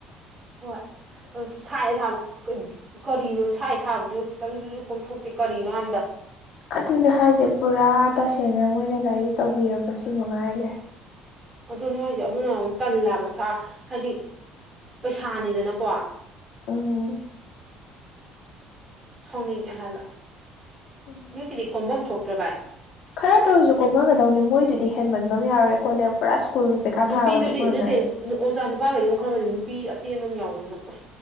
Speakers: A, on the right (about 15°); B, on the left (about 55°).
A: ꯍꯣꯏ ꯑꯗꯨ ꯁꯥꯏꯦ ꯊꯥꯕ ꯀꯔꯤꯅꯣ ꯁꯥꯏ ꯊꯥꯕꯗꯨꯁꯨ ꯈꯤꯇꯪꯗꯨꯁꯨ ꯀꯣꯝꯊꯣꯛꯇꯦ ꯀꯔꯤꯅꯣ ꯍꯥꯏꯝꯗ
B: ꯑꯗꯨꯅ ꯍꯥꯏꯁꯦ ꯄꯨꯔꯥ ꯇꯁꯦꯡꯅ ꯃꯣꯏꯅ ꯂꯥꯏꯔꯤꯛ ꯇꯧꯕꯤꯔꯕꯁꯨ ꯃꯉꯥꯏꯔ꯭ꯔꯦ
A: ꯑꯗꯨꯅꯦ ꯍꯥꯏꯁꯦ ꯑꯗꯨꯅ ꯑꯃꯨꯛ ꯇꯜꯂꯕ ꯍꯥꯏꯗꯤ ꯄꯩꯁꯥꯅꯤꯗꯅꯀꯣ
B: ꯎꯝ
A: ꯁꯥꯎꯅꯤꯡꯑꯦ ꯍꯥꯏꯕ
B: ꯎꯝ
A: ꯃꯤꯦꯛꯒꯤꯗꯤ ꯀꯣꯝꯐꯝ ꯊꯣꯛꯇ꯭ꯔ ꯚꯥꯏ
B: ꯈꯔ ꯇꯧꯔꯤꯁꯁꯨ ꯀꯣ ꯃꯥꯟꯒꯗꯧꯅꯦ ꯃꯣꯏꯗꯨꯗꯤ ꯍꯦꯟꯃꯟꯕ ꯌꯥꯎꯔꯦ ꯀꯣꯠꯂꯦ ꯄꯨꯔꯥ ꯁ꯭ꯀꯨꯜꯒꯤ ꯄꯩꯈꯥ
A: ꯅꯨꯄꯤꯗꯨꯗꯤ
B: ꯊꯥꯔꯒ ꯆꯞ ꯃꯥꯟꯅꯔꯦ
A: ꯅꯠꯇꯦ ꯑꯣꯖꯥ ꯅꯨꯄꯥꯈꯩꯗꯧ ꯑꯃ ꯈ꯭ꯔꯕꯗꯤ ꯅꯨꯄꯤ ꯑꯇꯦꯟꯕ ꯑꯃ ꯌꯥꯎꯕ ꯃꯁ ꯎ